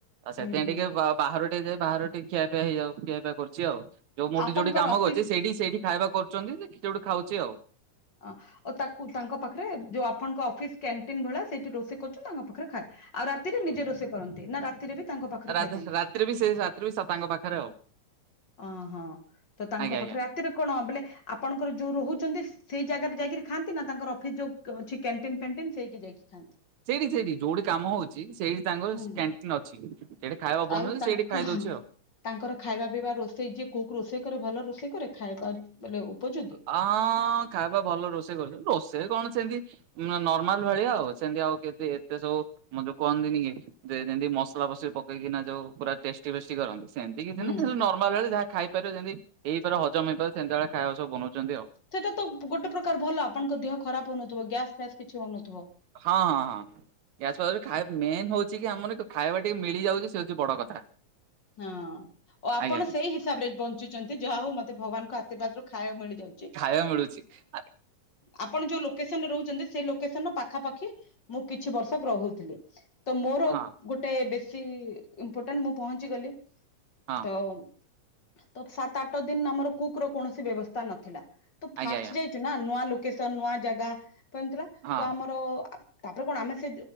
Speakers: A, on the right; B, on the left.
A: ଆଉ ସେଥିପାଇଁ
B: ହୁଁ ହୁଁ
A: ଟିକେ‌ ବା ବାହାରୁ ଟିକେ ଯାଇ ବାହର ଟିକେ ଖିଆ ପିଆ ହେଇଯାଉ -ଖିଆପିଆ କରୁଚି ଆଉ। ଯଉ ମୁଁ
B: ଆପଣଙ୍କର
A: ଯଉଠି କାମ
B: ଅଫିସ୍
A: କରୁଚି ସେଇଠି- ସେଇଠି ଖାଇବା କରୁଚନ୍ତି ଯେ ସେଇଠି ଖାଉଚି ଆଉ।
B: ଆ- ଓ ତାକୁ ତାଙ୍କ ପାଖେରେ ଯଉ ଆପଣଙ୍କ ଅଫିସ୍ କ୍ୟାଣ୍ଟିନ୍ ଭଳିଆ ସେଇଠି ରୋଷେଇ କରୁଚନ୍ତି ତାଙ୍କ ପାଖରେ ଖାଏ ଆଉ ରାତିରେ ନିଜେ ରୋଷେଇ କରନ୍ତି ନା ରାତିରେ ବି ତାଙ୍କ ପାଖରେ
A: ରାଜେଶ
B: ଖାଇଦିଅନ୍ତି
A: ରାତିରେ ବି ସେଇ ରାତିରେ ବି ତାଙ୍କ ପାଖରେ ଆଉ।
B: ଅ-ହଁ ତ ତାଙ୍କ
A: ଆଜ୍ଞା
B: ପାଖେରେ
A: ଆଜ୍ଞା।
B: ରାତିରେ କଣ ବଲେ ଆପଣଙ୍କର ଯଉ ରହୁଚନ୍ତି ସେଇ ଜାଗାରେ ଯାଇକିରି ଖାଆନ୍ତି ନା ତାଙ୍କର ଅଫିସ୍ ଯଉ ଅଛି କ୍ୟାଣ୍ଟିନ୍ ଫ୍ୟାଣ୍ଟିନ୍ ସେଇଠି ଯାଇକି ଖାଆନ୍ତି।
A: ସେଇଠି ସେଇଠି ଯଉଠି କାମ ହଉଚି ସେଇଠି ତାଙ୍କର
B: ହୁଁ
A: କ୍ୟାଣ୍ଟିନ୍ ଅଛି। ସେଇଠେ ଖାଇବା ବନାହଉଚି
B: ଆଉ ତାଙ୍କ
A: ସେଇଠେ ଖାଇ ଦଉଚି ଆଉ।
B: ତାଙ୍କର ଖାଇବା ପିଇବା ରୋଷେଇ ଯିଏ କୁକ୍ ରୋଷେଇ କରେ ଭଲ ରୋଷେଇ କରେ ଖାଇବା ବଲେ ଉପଯୋଗୀ?
A: ହଁ ଖାଇବା ଭଲ ରୋଷେଇ କରୁଚନ୍ତି ରୋଷେଇ କଣ ସେମତି ନ-ନର୍ମାଲ୍ ଭଳିଆ ଆଉ ସେମିତି ଆଉ କେତେ ଏତେ ସବୁ ମ-ଯଉ କୁହନ୍ତିନି କି ଯେ ଯେମିତି ମସଲା ଫସଲି ପକେଇକିନା ଯଉ ପୁରା ଟେଷ୍ଟି ଫେଷ୍ଟି କରନ୍ତି ସେମିତି କିଛି
B: ହୁଁ
A: ନାହିଁ ନର୍ମାଲ୍ ଭଳି ଯାହା ଖାଇପାରିବ ଯେମିତି ହେଇପାରେ ହଜମ୍ ହେଇପାରେ ସେମତି ଭଳିଆ ଖାଇବା ସବୁ ବନଉଚନ୍ତି ଆଉ।
B: ସେଇଟା ତ ଗୋଟେ ପ୍ରକାର ଭଲ ଆପଣଙ୍କ ଦେହ ଖରାପ ହଉନଥିବ ଗ୍ୟାସ୍ ଫ୍ୟାସ୍ କିଛି ହଉନଥିବ।
A: ହଁ- ହଁ। ଗ୍ୟାସ୍ <unintelligible> ମେନ୍ ହଉଚି କି ଆମର ଖାଇବା ଟିକେ ମିଳିଯାଉଚି ସେ ହଉଚି ବଡ କଥା।
B: ହଁ। ଓ ଆପଣ
A: ଆଜ୍ଞା
B: ସେଇ ହିସାବରେ ବଞ୍ଚୁଚନ୍ତି ଯାହା ହଉ ମତେ ଭଗବାନଙ୍କ ଆଶୀର୍ବାଦ ରୁ ଖାଇବାକୁ ମିଳିଯାଉଚି।
A: ଖାଇବା ମିଳୁଚି ଆ
B: ଆପଣ ଯଉ ଲୋକେସନ୍ ରେ ରହୁଚନ୍ତି ସେ ଲୋକେସନ୍ ର ପାଖାପାଖି ମୁଁ କିଛି ବର୍ଷ ରହୁଥିଲି। ତ ମୋର
A: ହଁ
B: ଗୋଟେ ବେଶୀ ଇମ୍ପୋର୍ଟାଣ୍ଟ୍ ମୁଁ ପହଞ୍ଚି ଗଲି
A: ହଁ।
B: ତ ତ ସାତ ଆଠ ଦିନ୍ ଆମର କୁକ୍ ର କୌଣସି ବ୍ୟବସ୍ଥା ନଥିଲା ତ
A: ଆଜ୍ଞା
B: ଫାଷ୍ଟ୍
A: ଆଜ୍ଞା
B: ଯାଇ ଚିନା ନୂଆ ଲୋକେସନ୍ ନୂଆ ଜାଗା ତ ଏମିତି ଥିଲା
A: ହଁ
B: ତ ଆମର ଆ ତାପରେ କଣ ଆମେ ସେ